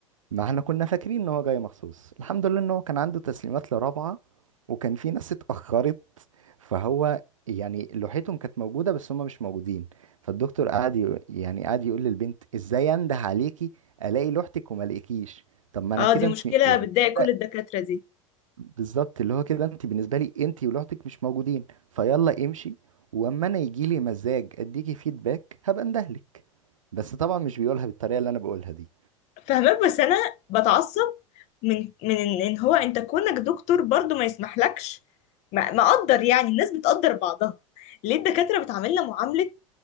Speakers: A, on the right; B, on the left.
A: ما احنا كنا فاكرين ان هو جاي مخصوص الحمد لله ان هو كان عنده تسليمات لرابعة وكان في ناس اتأخرت فهو يعني لوحتهم كانت موجودة بس هم مش موجودين فالدكتور قعد يق- يعني قعد يقول للبنت ازاي انده عليكي الاقي لوحتك وما الاقيكيش طب ما انا
B: اه
A: كده
B: دي مشكله
A: انت يعني
B: بتضايق
A: كده
B: كل الدكاتره دي
A: بالظبط اللي هو كده انت بالنسبة لي انت ولوحتك مش موجودين فيلا امشي واما انا يجي لي مزاج اديكي فيدباك هبقى اندهلك بس طبعا مش بيقولها بالطريقة اللي انا بقولها دي
B: فهمك بس انا بتعصب من من ان إن هو انت كونك دكتور برضو ما يسمحلكش ما ما اقدر يعني الناس بتقدر بعضها ليه الدكاترة بتعاملنا معاملة